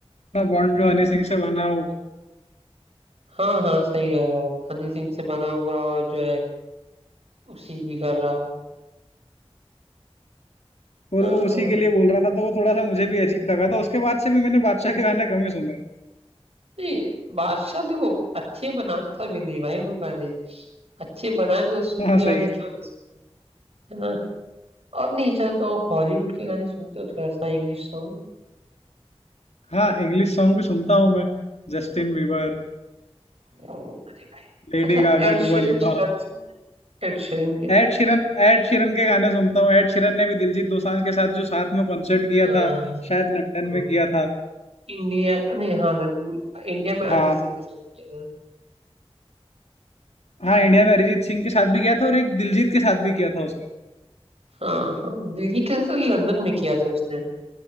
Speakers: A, on the left (about 80°); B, on the right (about 65°).
A: बॉन्ड जो हनी सिंह से बना हो
B: हाँ हाँ सही कह रहे हो आप हनी सिंह से बना हुआ और जो है उसी की कर रहा हो
A: और
B: हाँ
A: वो उसी
B: और
A: के लिए बोल रहा था तो वो थोड़ा सा मुझे भी अजीब लगा था उसके बाद से भी मैंने बादशाह के गाने कम ही सुने हैं
B: नहीं बादशाह देखो अच्छे बनाता भी नहीं भाई वो गाने अच्छे बनाए तो सुनने
A: हाँ सही
B: वाले
A: है
B: क्यों ना सुने है ना और नहीं अच्छा तो हॉलीवुड के गाने सुनते हो थोड़ा सा इंग्लिश सॉन्ग
A: हाँ इंग्लिश सॉन्ग भी सुनता हूँ मैं Justin Bieber
B: अरे भाई
A: Lady
B: अच्छा
A: Gaga
B: एड
A: Dua
B: शेरन
A: Lipa
B: के गाने सुने एड शेरन के
A: add Sheeran Add Sheeran के गाने सुनता हूँ एड शिरन ने भी दिलजीत दोसांझ के साथ जो साथ में कॉन्सर्ट किया
B: हाँ
A: था शायद लंदन
B: हाँ
A: में किया था
B: इंडिया नहीं हाँ लं- इंडिया में अरिजीत
A: हाँ
B: सिंह के साथ किया था
A: हाँ इंडिया में अरिजीत सिंह के साथ भी किया था और एक दिलजीत के साथ भी किया था उसने
B: हाँ हाँ दिल्ली के साथ लंदन में किया था उसने